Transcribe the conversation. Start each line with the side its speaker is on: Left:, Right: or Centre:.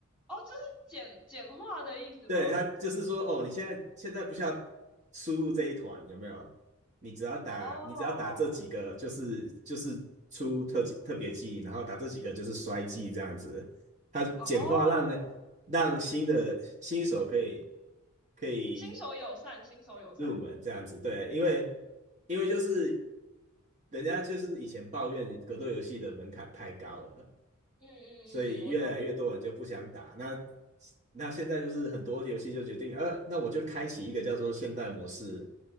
Centre: 哦，这是简简化的意思吗？
Right: 对，他就是说，哦，你现在现在不需要输入这一团，有没有？你只要打，
Centre: 哦
Right: 你只要打这几个，就是就是出特技特别技，然后打这几个就是衰技这样子。他简化让呢让新的新手可以
Centre: 哦，
Right: 可以
Centre: 新手友善，新手友善。
Right: 入门这样子，对，因为因为就是人家就是以前抱怨格斗游戏的门槛太高了。
Centre: 嗯嗯嗯，
Right: 所以越来越多人就不想打。
Centre: 我懂
Right: 那那现在就是很多游戏就决定，呃，那我就开启一个叫做现代模式，